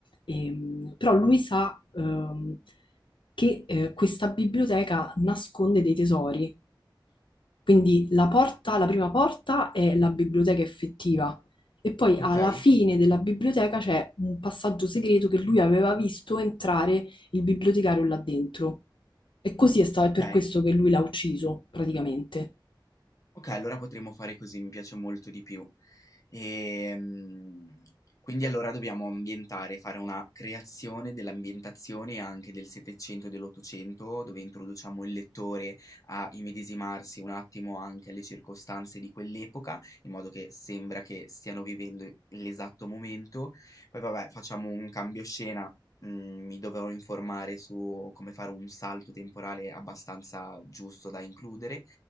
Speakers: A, on the left (about 80°); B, on the left (about 40°).
A: Ehm, però lui sa ehm, che eh, questa biblioteca nasconde dei tesori, quindi la porta, la prima porta è la biblioteca effettiva e poi
B: Okay,
A: alla fine della biblioteca c'è un passaggio segreto che lui aveva visto entrare il bibliotecario là dentro. E così è stato, è per
B: okay.
A: questo che lui l'ha ucciso, praticamente.
B: Okay, allora potremmo fare così, mi piace molto di più. Ehm, quindi allora dobbiamo ambientare, fare una creazione dell'ambientazione anche del '700 e dell'Ottocento, dove introduciamo il lettore a immedesimarsi un attimo anche alle circostanze di quell'epoca, in modo che sembra che stiano vivendo l'esatto momento. Poi vabbè, facciamo un cambio scena, mhmm, mi dovrò informare su come fare un salto temporale abbastanza giusto da includere